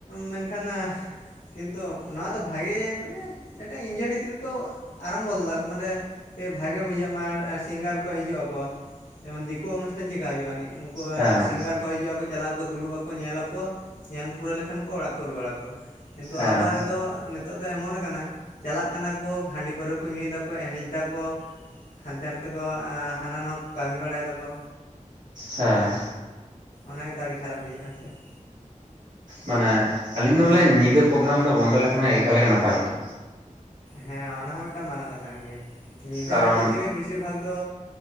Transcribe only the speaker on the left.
ᱢᱮᱱᱠᱷᱟᱱ ᱠᱤᱱᱛᱩ ᱱᱚᱣᱟ ᱫᱚ ᱵᱷᱟᱜᱮ ᱢᱟᱱᱮ ᱢᱤᱫᱴᱟᱝ ᱤᱱᱡᱚᱭ ᱠᱷᱟᱹᱛᱤᱨ ᱠᱚ ᱟᱨᱟᱢᱵᱚ ᱞᱮᱫᱟ ᱠᱚ, ᱢᱟᱱᱮ, ᱠᱮ ᱵᱷᱟᱜᱮ ᱵᱩᱡᱷᱟᱹᱜ ᱢᱟ ᱥᱤᱝᱜᱟᱨ ᱠᱚ ᱦᱤᱡᱩᱜ ᱟᱠᱚ, ᱡᱮᱢᱚᱱ ᱫᱤᱠᱩ ᱚᱱᱩᱥᱴᱷᱟᱱ ᱪᱮᱠᱟ ᱦᱩᱭᱩᱜᱼᱟ ᱟᱹᱱᱤᱡ, ᱩᱱᱠᱩ
ᱥᱤᱝᱜᱟᱨ ᱠᱚ ᱦᱤᱡᱩᱜ ᱟᱠᱚ ᱪᱟᱞᱟᱜ ᱟᱠᱚ ᱫᱩᱲᱩᱵ ᱟ, ᱠᱚ ᱧᱮᱞᱟᱠᱚ ᱧᱮᱞ ᱯᱩᱨᱟᱹᱣ ᱞᱮᱠᱷᱟᱱ ᱠᱚ ᱚᱲᱟᱜ ᱠᱚ ᱨᱩᱣᱟᱹᱲᱟᱠᱚ, ᱠᱤᱱᱛᱩ
ᱟᱵᱚᱣᱟᱜ ᱨᱮᱫᱚ ᱱᱤᱼᱼ ᱛᱚᱜ ᱫᱚ ᱮᱢᱚᱱ ᱟᱠᱟᱱᱟ ᱪᱟᱞᱟᱜ ᱠᱟᱱᱟ ᱠᱚ ᱦᱟᱺᱰᱤ ᱯᱟᱹᱣᱨᱟᱹ ᱠᱚ ᱧᱩᱭ ᱫᱟᱠᱚ ᱮᱱᱮᱡ ᱫᱟᱠᱚ, ᱦᱟᱱᱛᱮ ᱱᱟᱛᱮ ᱠᱚ ᱦᱟᱱᱟ ᱱᱚᱣᱟ ᱠᱟᱹᱢᱤ ᱵᱟᱲᱟᱭᱟᱠᱚ,
ᱚᱱᱟ ᱜᱮᱛᱚ ᱟᱹᱰᱤ ᱠᱷᱟᱨᱟᱯ ᱦᱩᱭᱩᱜᱼᱟ ᱦᱮᱸ ᱥᱮ <inaudible>
ᱦᱮᱸ ᱚᱱᱟ ᱦᱚᱸ ᱢᱤᱫᱴᱟᱝ ᱢᱟᱨᱟᱝ ᱠᱟᱛᱷᱟ ᱠᱟᱱ ᱜᱮᱭᱟ, ᱧᱤᱫᱟᱹ
ᱠᱷᱟᱹᱛᱤᱨ ᱛᱮᱜᱮ ᱵᱮᱥᱤ ᱛᱤ ᱵᱷᱟᱜᱽ ᱫᱚ